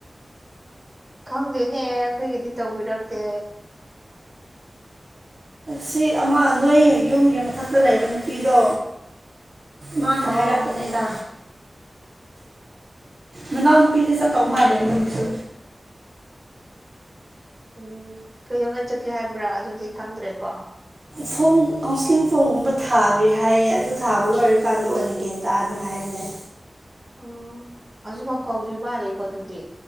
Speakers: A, on the right (about 15°); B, on the right (about 45°).
A: ꯈꯪꯗꯦꯅꯦ ꯑꯩꯈꯣꯏꯒꯤꯗꯤ ꯇꯧꯕꯤꯔꯛꯇꯦ
B: ꯁꯤ ꯑꯃ ꯅꯣꯏ ꯌꯨꯝꯒꯤ ꯃꯊꯛꯇ ꯂꯩꯕ ꯅꯨꯄꯤꯗꯣ ꯃꯥꯅ
A: ꯑꯧ
B: ꯍꯥꯏꯔꯛꯄꯅꯤꯗꯥ ꯃꯅꯥꯎꯅꯨꯄꯤꯒ ꯆꯠꯇꯧ ꯃꯥꯜꯂꯦ ꯃꯣꯏꯒꯤꯁꯨ
A: ꯎꯝ ꯀꯩꯗꯧꯉꯩ ꯆꯠꯀꯦ ꯍꯥꯏꯕ꯭ꯔꯥ ꯑꯗꯨꯗꯤ ꯈꯪꯗ꯭ꯔꯦꯀꯣ
B: ꯐꯣꯝ ꯀꯥꯎꯟꯁꯤꯂꯤꯡ ꯐꯣꯝꯒꯨꯝꯕ ꯊꯥꯗꯔ꯭ꯤ ꯍꯥꯏꯌꯦ ꯑꯗꯨ ꯊꯥꯕ ꯂꯣꯏꯔꯀꯥꯟꯗ ꯑꯣꯏꯅ ꯒꯌ꯭ꯟ ꯇꯥꯅꯤ ꯍꯥꯏꯕꯅꯦ
A: ꯑꯣ ꯍꯧꯖꯤꯛꯐꯥꯎ ꯀꯧꯗ꯭ꯔꯤ ꯃꯥꯜꯂꯦꯀꯣ ꯗꯨꯗꯤ